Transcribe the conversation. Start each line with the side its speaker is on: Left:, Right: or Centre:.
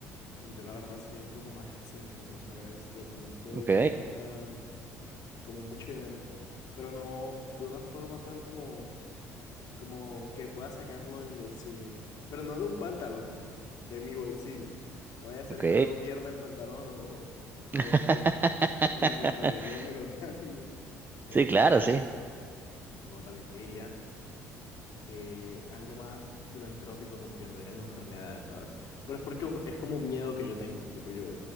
Left: bueno, yo la verdad sería un poco más excéntrico, ¿sabes? De pronto
Right: Ok,
Left: pediría... como mucho dinero, pero no de una forma tal como, como que pueda sacarlo de mi bolsillo, pero no de un pantalón, de mi bolsillo. No vaya a ser
Right: ok.
Left: que luego pierda el pantalón o, <laughs>
Right: <laughs>
Left: o me lo, <laughs> en la tintorería me lo <laughs> cambien. Este,
Right: Sí, claro, sí.
Left: no, también pediría que algo más filantrópico, como que no hubieran enfermedades, ¿sabes? Pero es porque es como un miedo que yo tengo, tipo yo,